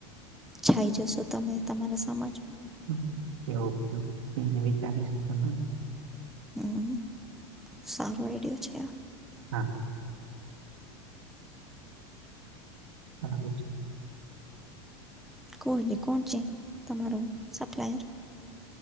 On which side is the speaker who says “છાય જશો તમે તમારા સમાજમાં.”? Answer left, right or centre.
Centre